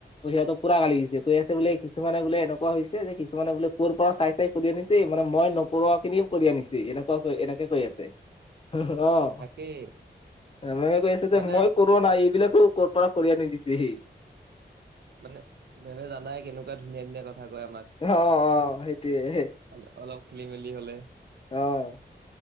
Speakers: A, on the left; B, on the right.
A: সিহত পুৰা গালি দিছে, কৈ আছে বোলে কিছুমানে বোলে এনে কোৱা হৈছে যে, কিছুমানে বোলে ক'ৰ পৰা চাই চাই কৰি আনিছে, মানে মই নকৰোৱা খিনিও কৰি আনিছে, এনেকুৱা এনেকে কৈ আছে, <unintelligible> অহ,
B: তাকেই
A: মই কৈ আছোঁ যে
B: মানে
A: মই ক ব নাই, এইবিলাকো ক'ৰ পৰা কৰি আনি দিছেহি।
B: মানে, মেমে জানাই, কেনেকুৱা ধুনীয়া ধুনীয়া কথা কয় আমাক।
A: অ', অ', সেইটোয়েই হে।
B: অলপ, অলপ খেলি মেলি হ'লে
A: অ'।